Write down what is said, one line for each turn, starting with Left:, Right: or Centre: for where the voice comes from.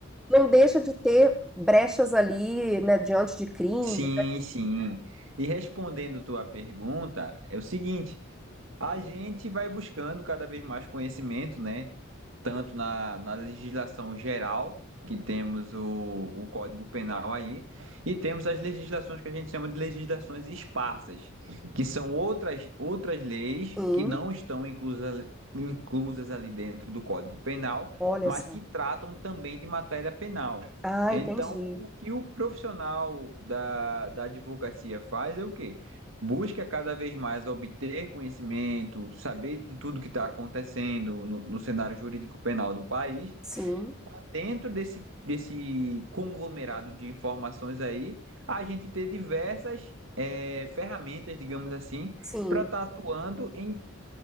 Centre: não deixa de ter brechas ali, né, diante de crime.
Right: Sim, sim. E respondendo tua pergunta, é o seguinte: a gente vai buscando cada vez mais conhecimento, né? tanto na, na legislação geral, que temos o, o Código Penal aí, e temos as legislações que a gente chama de legislações esparsas, que são outras, outras leis
Centre: Sim,
Right: que não estão inclusas, inclusas ali dentro do Código Penal,
Centre: olha
Right: mas
Centre: só.
Right: que tratam também de matéria penal.
Centre: Ah,
Right: Então,
Centre: entendi.
Right: o que o profissional da, da advocacia faz é o quê? busca cada vez mais obter conhecimento, saber de tudo que está acontecendo no, no cenário jurídico penal do país,
Centre: Sim,
Right: para dentro desse, desse conglomerado de informações aí, a gente ter diversas é, ferramentas, digamos assim,
Centre: sim,
Right: para estar tá atuando em,